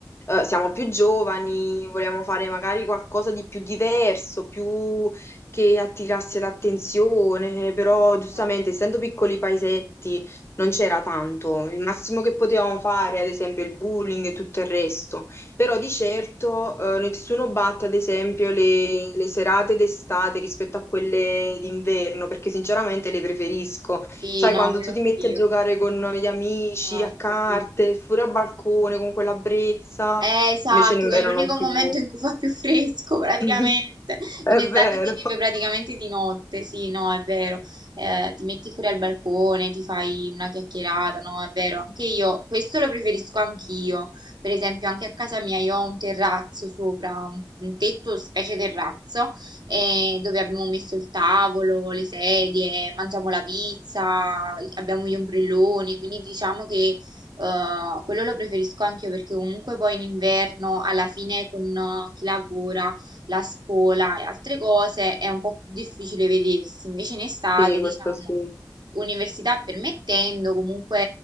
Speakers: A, on the left; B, on the right.
A: eh, siamo più giovani, vogliamo fare magari qualcosa di più diverso, più che attirasse l'attenzione, però
B: esatto.
A: giustamente essendo piccoli paesetti non c'era tanto. Il massimo che potevamo fare, ad esempio, il bullying e tutto il resto. Però di certo eh, nessuno batte, ad esempio, le, le serate d'estate rispetto a quelle d'inverno, perché sinceramente le preferisco.
B: Sì,
A: Sai,
B: no,
A: quando
B: quello
A: tu
B: anch'io.
A: ti metti a giocare con gli amici,
B: Esatto,
A: a carte,
B: sì.
A: fuori al balcone, con quella brezza,
B: Eh, esatto,
A: invece in inverno
B: che è l'unico
A: non
B: momento
A: si può.
B: in cui fa più fresco <laughs> praticamente.
A: <laughs> È
B: In estate
A: vero.
B: si vive praticamente di notte, sì, no, è vero. Eh, ti metti fuori al balcone, ti fai una chiacchierata, no, è vero. Anche io, questo lo preferisco anch'io. Per esempio, anche a casa mia io ho un terrazzo sopra, un, un tetto, specie terrazzo, eh, dove abbiamo messo il tavolo, le sedie, mangiamo la pizza, abbiamo gli ombrelloni, quindi diciamo che eh, quello lo preferisco anche io perché comunque poi in inverno, alla fine con eh, chi lavora, la scuola e altre cose, è un po' più difficile vedersi. Invece in estate,
A: Sì,
B: diciamo,
A: questo sì,
B: università permettendo, comunque